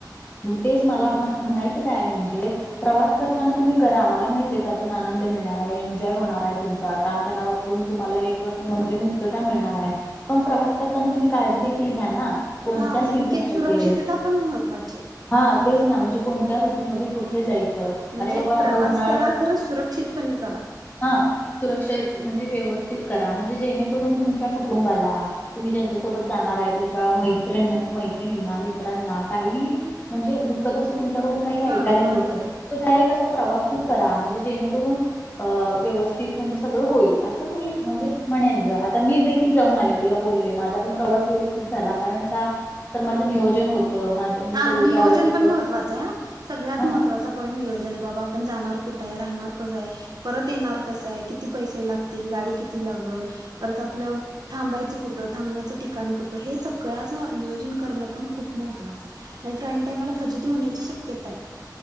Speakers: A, on the left (about 25°); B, on the right (about 65°).
A: तेच मला म्हणायचं काय म्हणजे प्रवास करताना तुम्ही करा मला माहित आहे त्यातून आनंद मिळणार आहे एन्जॉय होणार आहे तुमचा ताण तणावातून तुम्हाला एक म्हणजे मुक्तता मिळणार आहे पण प्रवास करताना तुम्ही काळजी देखील घ्या ना कोणत्या
B: हा तितकीच
A: सीझन मध्ये
B: सुरक्षितता पण महत्त्वाची ये.
A: हा तेच ना म्हणजे कोणत्या ऋतूमध्ये कुठे जाई च
B: म्हणजे
A: अरे बाबा
B: प्रवास
A: आता उन्हाळा
B: करा खरं सुरक्षितपणे करा
A: हा सुरक्ष म्हणजे व्यवस करा म्हणजे जेणेकरून तुमच्या कुटुंबाला तुम्ही ज्यांच्यासोबत जाणार आहे तुमच्या मैत मैत्रिणींना मित्रांना काही म्हणजे दुःखं कडून काही
B: हा
A: ऐकायला मिळू
B: बरोबर
A: नये
B: आहे
A: तो त्यात एक प्रवास पण करा म्हणजे जेणेकरून अ व्यवस्थित म्हणजे सगळं होईल असंच मी म्हणजे म्हणेन ग आता मी देखील जाऊन आले तुला बोलले माझा पण प्रवास व्यवस्थित झाला कारण का तर माझं नियोजन होत माझ मी
B: हा
A: सगळे
B: नियोजन
A: जे आवश्यक
B: पण महत्वाचं आहे सगळ्यात
A: हा
B: महत्वाचा पॉईंट नियोजन आहे बाबा आपण जाणार कुठं आहे राहणार कसं आहे परत येणार कसं आहे किती पैसे लागतील गाडी किती लागल परत आपलं थांबायचं कुठं थांबण्याचं ठिकाण कुठं हे सगळ्याच नियोजन करणं पण खूप महत्त्वाच नाहीतर ऐन टायमला फजिती होण्याची शक्यता आहे.